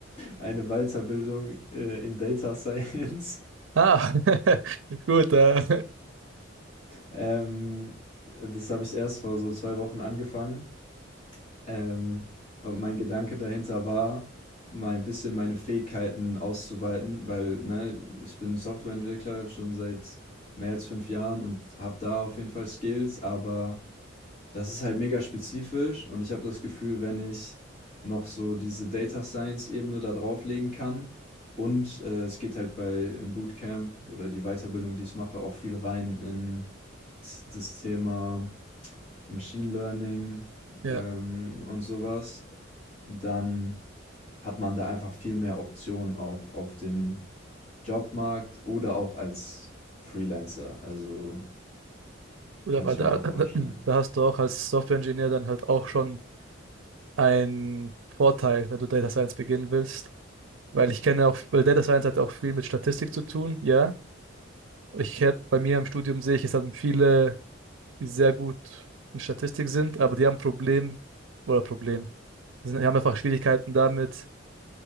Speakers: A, on the left; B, on the right.
A: eine Weiterbildung äh, in Data Science. <laughs>
B: Ah, <laughs> gut. Äh,
A: Ähm, das habe ich erst vor so zwei Wochen angefangen. Ähm, und mein Gedanke dahinter war, mal ein bisschen meine Fähigkeiten auszuweiten, weil ne, ich bin Softwareentwickler schon seit mehr als fünf Jahren und habe da auf jeden Fall Skills, aber Das ist halt mega spezifisch und ich habe das Gefühl, wenn ich noch so diese Data Science Ebene da drauflegen kann und äh, es geht halt bei im Bootcamp oder die Weiterbildung, die ich mache, auch viel rein in z- das Thema Machine Learning
B: ja,
A: ähm, und sowas, dann hat man da einfach viel mehr Optionen auch auf dem Jobmarkt oder auch als Freelancer. Also
B: gut,
A: kann
B: aber
A: ich mir
B: da,
A: auch
B: da
A: vorstellen.
B: da hast du auch als Software-Ingenieur dann halt auch schon einen Vorteil, wenn du Data Science beginnen willst. Weil ich kenne auch, weil Data Science hat ja auch viel mit Statistik zu tun, ja. Ich hätte bei mir im Studium sehe ich, es haben viele, die sehr gut in Statistik sind, aber die haben ein Problem oder Problem. Die sind, die haben einfach Schwierigkeiten damit,